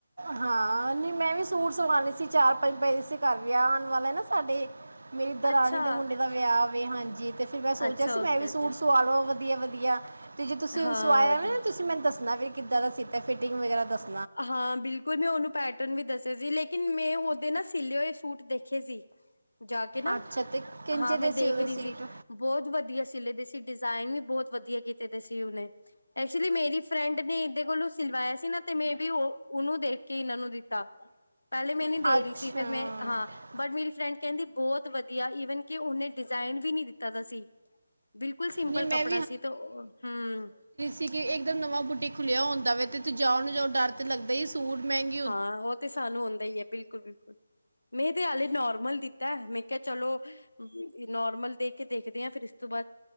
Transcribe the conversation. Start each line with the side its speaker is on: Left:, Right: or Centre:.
Right: ਹਾਂ, ਨ ਮੈਂ ਵੀ ਸੂਟ ਸਵਾਣੇ ਸੀ ਚਾਰ-ਪੰਜ ਪਏ ਸੀ ਘਰ, ਵਿਆ ਆਂਣ ਵਾਲਾ ਨਾ ਸਾਡੇ ਮੇਰੀ ਦਰਾਣੀ
Left: ਅੱਛਾ
Right: ਦੇ ਮੁੰਡੇ ਦਾ ਵਿਆਹ ਵੇ, ਹਾਂਜੀ। ਤੇ ਫੇਰ ਮੈਂ ਸੋਚਿਆ
Left: ਅੱਛਾ
Right: ਸੀ, ਮੈਂ
Left: ਓਕੇ
Right: ਵੀ ਸੂਟ
Left: ਓਕੇ
Right: ਸਵਾ ਲਵਾ ਵਧੀਆ-ਵਧੀਆ। ਤੇ ਜੇ ਤੁਸੀਂ ਹੁਣ
Left: ਹਾਂ
Right: ਸਵਾਇਆ
Left: ਵਧੀਆ
Right: ਨਾ ਤੁਸੀ ਮੈਨੂੰ ਦੱਸਣਾ, ਵੀ ਕਿੱਦਾਂ ਦਾ ਸੀਤਾ ਫਿਟਿੰਗ ਵਗੈਰਾ ਦੱਸ
Left: ਹਾਂ, ਬਿ ਉਨੇ ਉਨੂੰ ਪੈਟਰਨ ਵੀ ਦੱਸੇ ਸੀ ਲੇਕਿਨ, ਮੈਂ ਓਦੇ ਨਾ ਸੀਲੇ ਹੋਏ ਸੂਟ ਦੇਖੇ ਸੀ। ਜਾ ਕੇ ਨਾ
Right: ਅੱਛਾ ਤੇ ਕਿੰਜੇ
Left: ਹਾਂ, ਮੈਂ
Right: ਦੇ
Left: ਦੇਖ
Right: ਉਹਦੇ
Left: ਰਹੀ
Right: ਸੀਟ
Left: ਸੀ। ਬੋਤ ਵਧੀਆ ਸੀਲੇ ਦੇ ਸੀ, ਡਿਜ਼ਾਇਨ ਵੀ ਬੋਤ ਵਧੀਆ ਕੀਤੇ ਦੇ ਸੀ ਉਨੇ। ਐਚੁਲੀ ਮੇਰੀ ਫਰੈਂਡ ਨੇ ਏਦੇ ਕੋਲੋਂ ਸਿਲਵਾਇਆ ਸੀ ਨਾ। ਤੇ ਮੈਂ ਵੀ ਓ ਓਨੂੰ ਦੇਖ ਕੇ ਏਨਾਂ ਨੂੰ ਦਿੱਤਾ ਪੈਲੇ ਮੈਂ ਏਨੂੰ ਦੇ
Right: ਅੱਛਾ
Left: ਰਹੀ ਸੀ, ਫਿਰ ਮੈਂ ਹਾਂ ਬਟ ਮੇਰੀ ਫਰੈਂਡ ਕੈਂਦੀ ਬੋਤ ਵਧੀਆ, ਈਵਨ ਕਿ ਉਨੇ ਡਿਜ਼ਾਇਨ ਵੀ ਨੀ ਦਿੱਤਾ ਦਾ ਵਾ ਸੀ। ਬਿਲਕੁਲ ਸਿੰਪਲ
Right: ਨਹੀਂ ਮੈਂ
Left: ਕੱਪੜਾ ਸੀ ਤੇ ਹੂੰ
Right: ਕੇ ਇੱਕਦਮ ਨਵਾਂ ਬੁਟੀਕ ਖੁੱਲ੍ਹਿਆ ਹੁੰਦਾ ਵਾ ਅਤੇ ਤੁਸੀ ਜਾਓ ਨੂੰ ਜੋ, ਡਰ ਤਾਂ ਲੱਗਦਾ ਈ ਸੂਟ ਮੈਂਗੇ
Left: ਹਾਂ, ਓ ਤੇ ਸਾਨੂੰ ਹੁੰਦਾ ਈ ਐ, ਬਿਲਕੁਲ-ਬਿਲਕੁਲ। ਮੈਂ ਤੇ ਹਾਲੇ ਨੌਰਮਲ ਦਿੱਤਾ, ਮੈਂ ਕਿਆ ਚਲੋ ਨੌਰਮਲ ਦੇ ਕੇ ਦੇਖਦੇ ਆ, ਫੇਰ ਏਸ ਤੋਂ ਬਾਦ